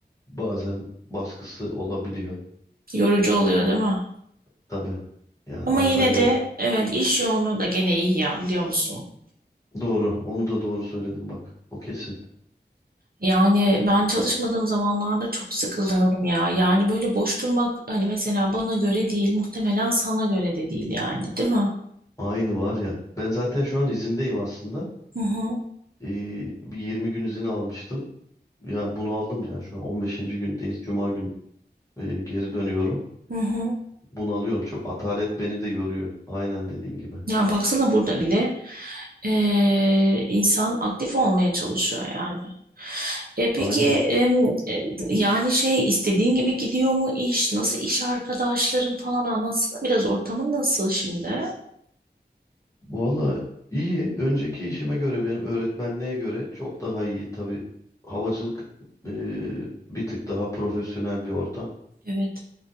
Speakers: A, on the left (about 15°); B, on the right (about 55°).
A: bazen baskısı olabiliyor.
B: Yorucu oluyor değil mi?
A: Tabii. Yani
B: Ama
A: Antalya
B: yine de evet iş yoğunluğu da gene iyi ya biliyor musun?
A: doğru. Onu da doğru söyledim bak. O kesin.
B: Yani ben çalışmadığım zamanlarda çok sıkılıyorum ya. Yani böyle boş durmak hani mesela bana göre değil, muhtemelen sana göre de değil yani, değil mi?
A: Aynı var ya. Ben zaten şu an izindeyim aslında.
B: Hı hı,
A: Ee, bir 20 gün izin almıştım. Yani bunu aldım yani şu an 15. gündeyiz. Cuma gün e, geri dönüyorum.
B: hı hı.
A: Bunu alıyorum. Çok atalet beni de yoruyor. Aynen dediğin gibi.
B: Yani baksana burada bile eee, insan aktif olmaya çalışıyor yani. E peki
A: Aynen.
B: em, e, yani şey istediğin gibi gidiyor mu iş? Nasıl iş arkadaşların falan anlatsana biraz ortamın nasıl şimdi?
A: Valla iyi. Önceki işime göre benim öğretmenliğe göre çok daha iyi. Tabii havacılık e, bir tık daha profesyonel bir ortam.
B: Evet.